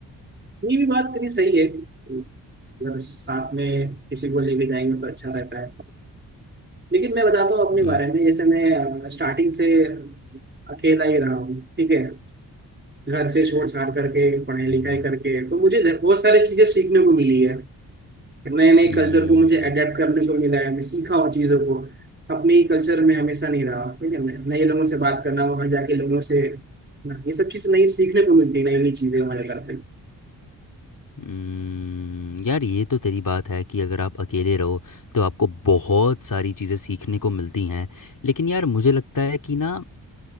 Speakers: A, on the right; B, on the left.
A: ये भी बात तेरी सही है अगर साथ में किसी को लेके जाएंगे तो अच्छा रहता है लेकिन मैं बताता हूँ अपने
B: हम्म
A: बारे में जैसे मैं स्टार्टिंग से अकेला ही रहा हूँ ठीक है घर से छोड़ छाड़ करके पढ़ाई लिखाई
B: हम्म,
A: करके तो मुझे बहुत सारी चीजें सीखने को मिली है नए नए
B: हम्म,
A: कल्चर को मुझे अडेप्ट करने को मिला है मैं सीखा हूँ चीज़ों को अपने ही कल्चर में हमेशा नहीं रहा ठीक है नए लोगों से बात करना वहाँ जाके लोगों से ये सब चीज़ नई सीखने को मिलती है नई नई चीज़ें हमारे करते
B: हम्म, यार ये तो तेरी बात है कि अगर आप अकेले रहो तो आपको बहुत सारी चीज़ें सीखने को मिलती हैं लेकिन यार मुझे लगता है कि ना